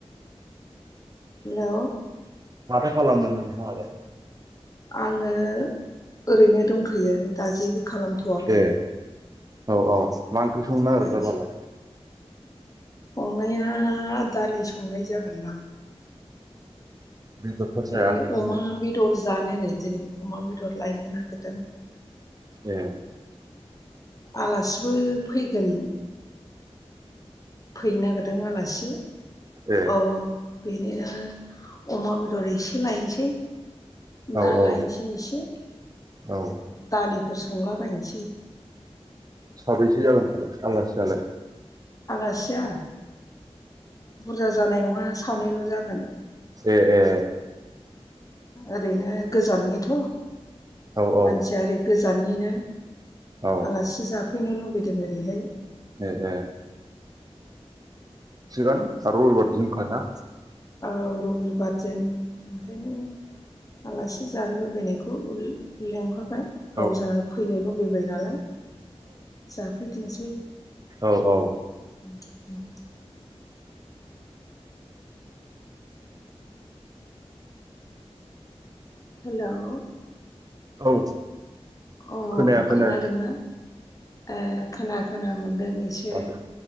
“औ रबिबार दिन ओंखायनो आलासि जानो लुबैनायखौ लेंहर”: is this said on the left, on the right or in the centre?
Left